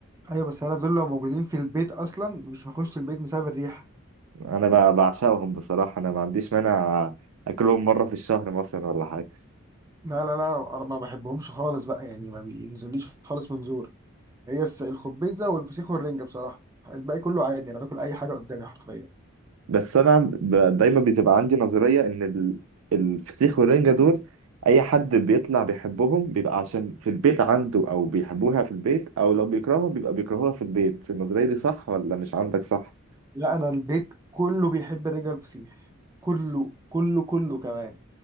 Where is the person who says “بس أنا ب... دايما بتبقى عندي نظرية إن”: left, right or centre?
Right